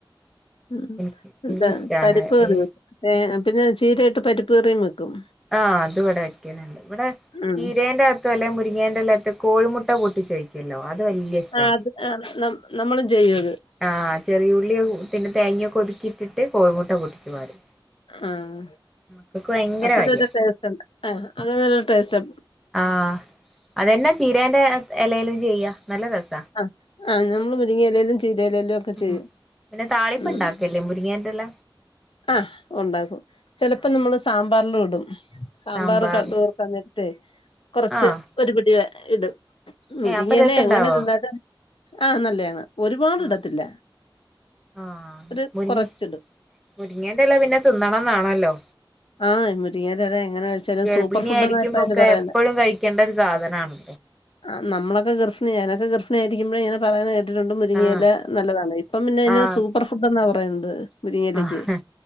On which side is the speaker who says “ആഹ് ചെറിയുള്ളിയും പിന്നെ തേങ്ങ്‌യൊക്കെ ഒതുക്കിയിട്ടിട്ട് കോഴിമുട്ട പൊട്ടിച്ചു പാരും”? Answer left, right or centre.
Centre